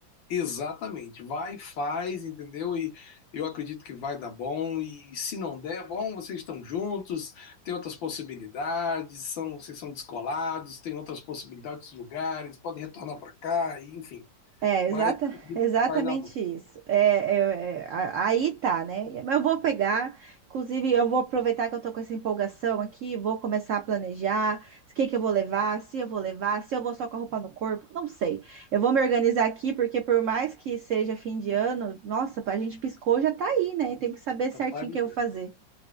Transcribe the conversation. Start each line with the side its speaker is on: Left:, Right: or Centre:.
Left: exatamente. Vai, faz, entendeu? E eu acredito que vai dar bom. E se não der, bom, vocês estão juntos, tem outras possibilidades, são, vocês são descolados, tem outras possibilidades, lugares, podem retornar para cá, e, enfim.
Right: É,
Left: Mas
Right: exata, exatamente
Left: vai dar bom.
Right: isso. É, é, é, a- aí tá, né? Mas Eu vou pegar, inclusive, eu vou aproveitar que eu tô com essa empolgação aqui, vou começar a planejar o que que eu vou levar, se eu vou levar, se eu vou só com a roupa no corpo, não sei. Eu vou me organizar aqui, porque por mais que seja fim de ano, nossa, a gente piscou, já tá aí, né? Tem que saber certinho
Left: Vai me
Right: o que
Left: dando,
Right: eu vou fazer.